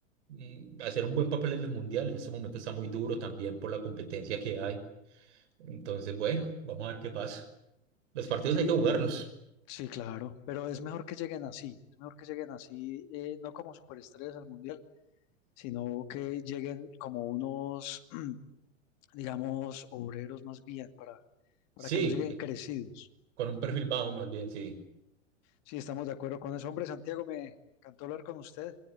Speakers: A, on the right; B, on the left.
A: mm, hacer un buen papel en el Mundial en este momento está muy duro también por la competencia que hay. Entonces, bueno, vamos a ver qué pasa. Los partidos
B: Sí,
A: hay que jugarlos.
B: sí, claro, pero es mejor que lleguen así, es mejor que lleguen así, eh, no como superestrellas al mundial, sino que lleguen como unos, <clears throat> digamos, obreros más bien, para, para
A: Sí,
B: que no lleguen
A: que-
B: crecidos.
A: con un perfil bajo más bien, sí.
B: Sí, estamos de acuerdo con eso. Hombre, Santiago, me encantó hablar con usted.